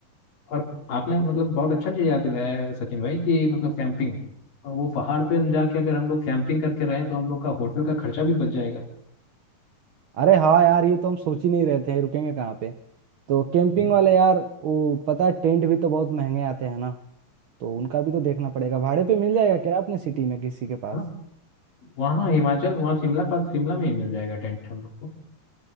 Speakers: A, on the left (about 80°); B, on the right (about 60°).
A: और आपने मतलब बहुत अच्छा चीज़ याद दिलाया है सचिन भाई कि मतलब कैंपिंग वो पहाड़ पे हम जाके अगर हम लोग कैंपिंग करके रहे तो हम लोग का होटल का खर्चा भी बच जाएगा
B: अरे हाँ यार ये तो हम सोच ही नहीं रहे थे रुकेंगे कहाँ पे तो कैंपिंग
A: हम्म,
B: वाले यार वो पता है टेंट भी तो बहुत महंगे आते हैं ना तो उनका भी तो देखना पड़ेगा भाड़े पे मिल जाएगा क्या अपनी सिटी में किसी के पास
A: हाँ वहाँ हिमाचल वहाँ शिमला पास शिमला में ही मिल जाएगा टेंट हम लोग को